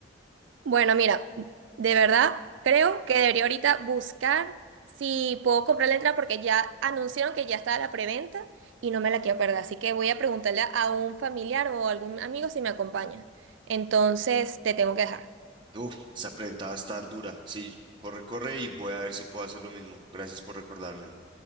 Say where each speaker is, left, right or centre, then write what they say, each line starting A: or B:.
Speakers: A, on the right; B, on the right.
A: Bueno, mira, de verdad creo que debería ahorita buscar si puedo comprar la entrada porque ya anunciaron que ya está la preventa y no me la quiero perder. Así que voy a preguntarle a un familiar o algún amigo si me acompaña. Entonces, te tengo que dejar.
B: Uf, esa prenda va a estar dura. Sí, corre, corre y voy a ver si puedo hacer lo mismo. Gracias por recordármelo.